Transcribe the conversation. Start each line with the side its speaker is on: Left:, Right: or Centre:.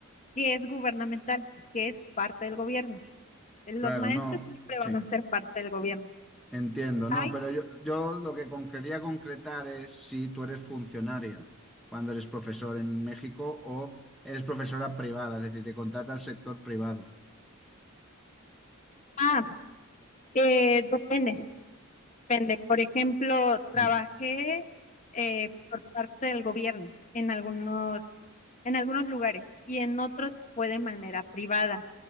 Left: que es gubernamental, que es parte del gobierno. Eh, Los
Centre: Claro,
Left: maestros
Centre: no,
Left: siempre
Centre: sí,
Left: van a ser parte del gobierno.
Centre: entiendo,
Left: Hay,
Centre: no, pero yo, yo lo que con- quería concretar es si tú eres funcionaria cuando eres profesor en México o eres profesora privada, es decir, te contrata el sector privado.
Left: ah, eh, depende, depende. Por ejemplo, trabajé
Centre: Sí,
Left: eh, por parte del gobierno en algunos, en algunos lugares y en otros fue de manera privada.